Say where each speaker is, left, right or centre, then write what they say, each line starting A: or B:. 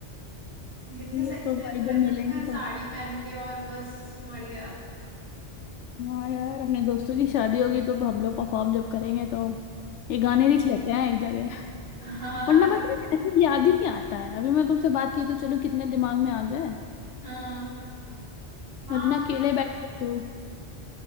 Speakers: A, on the left; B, on the left.
A: कितने
B: ये
A: सही
B: तो
A: स्टेप्स
B: भाई
A: रहते
B: जब मिलेंगे
A: हैं उसमें साड़ी
B: तो
A: पहन के और बस मर गया
B: हाँ यार अपने दोस्तों की शादी होगी तो हम लोग परफॉर्म जब करेंगे तो ये गाने लिख लेते हैं एक जगह
A: हाँ
B: वरना
A: नहीं-
B: बट ऐसे याद ही नहीं आता है अभी मैं तुमसे बात की तो चलो कितने दिमाग में आ गए
A: हाँ हाँ
B: वरना अकेले बैठे तो